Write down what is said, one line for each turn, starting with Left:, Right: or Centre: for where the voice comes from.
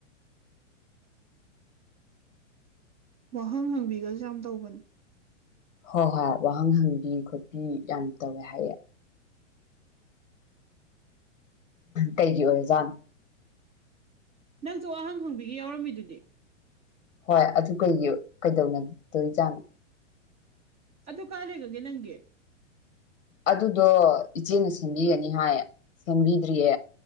Right: ꯋꯥꯍꯪ ꯍꯪꯕꯤꯒꯁꯨ ꯌꯥꯝ ꯇꯧꯕꯅꯦ
Left: ꯍꯣꯏ ꯍꯣꯏ ꯋꯥꯍꯪ ꯍꯪꯕꯤ ꯈꯣꯠꯄꯤ ꯌꯥꯝ ꯇꯧꯋꯦ ꯍꯥꯏꯌꯦ ꯀꯩꯒꯤ ꯑꯣꯏꯖꯥꯠꯅꯣ
Right: ꯅꯪꯁꯨ ꯋꯥꯍꯪ ꯍꯪꯕꯤꯒꯦ ꯌꯥꯎꯔꯝꯃꯤꯗꯨꯗꯤ
Left: ꯍꯣꯏ ꯑꯗꯨ ꯀꯩ ꯀꯩꯗꯧꯅꯗꯣꯏꯖꯥꯠꯅꯣ
Right: ꯑꯗꯨ ꯀꯥꯏ ꯂꯩꯒꯒꯦ ꯅꯪꯒꯤ
Left: ꯑꯗꯨꯗꯣ ꯏꯆꯦꯅ ꯁꯦꯝꯕꯤꯒꯅꯤ ꯍꯥꯏ ꯁꯦꯝꯕꯤꯗ꯭ꯔꯤꯌꯦ